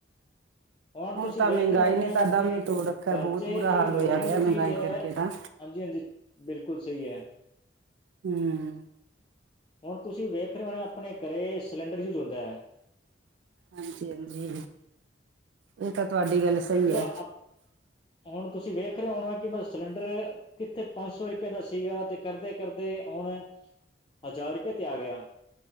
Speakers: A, on the left; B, on the right.
A: ਹੁਣ ਤੁਸੀਂ
B: ਤਾਂ
A: ਵੇਖ
B: ਮਹਿੰਗਾਈ
A: ਰਹੇ ਹੋਣੇ
B: ਨੇ ਤਾਂ
A: ਆਪਣੇ,
B: ਦਮ ਹੀ ਤੋੜ ਰੱਖਿਆ
A: ਘਰ
B: ਬਹੁਤ
A: ਚ'
B: ਬੁਰਾ
A: ਜਿਹੜੀ
B: ਹਾਲ
A: ਨੋਰਮਲ
B: ਹੋਇਆ ਪਿਆ ਮਹਿੰਗਾਈ
A: ਚੀਜ਼ ਹੈ।
B: ਕਰਕੇ ਤਾਂ
A: ਹਾਂਜੀ-ਹਾਂਜੀ। ਬਿਲਕੁਲ ਸਹੀ ਹੈ।
B: ਹਮ
A: ਹੁਣ ਤੁਸੀਂ ਵੇਖ ਰਹੇ ਹੋਣੇ ਆਪਣੇ ਘਰੇ ਸਿਲੰਡਰ ਯੂਜ ਹੁੰਦਾ ਹੈ।
B: ਹਾਂਜੀ-ਹਾਂਜੀ ਇਹ ਤਾਂ ਤੁਹਾਡੀ ਗੱਲ ਸਹੀ
A: ਮਤਲਬ
B: ਹੈ
A: ਅ, ਹੁਣ ਤੁਸੀਂ ਵੇਖ ਰਹੇ ਹੋਣਾ ਕਿ ਮਤਲਬ ਸਿਲੰਡਰ ਕਿੱਥੇ ਪੰਜ ਸੌ ਰੁਪਏ ਦਾ ਸੀਗਾ। ਤੇ ਕਰਦੇ-ਕਰਦੇ ਹੁਣ ਹਜ਼ਾਰ <unintelligible> ਤੇ ਆ ਗਿਆ।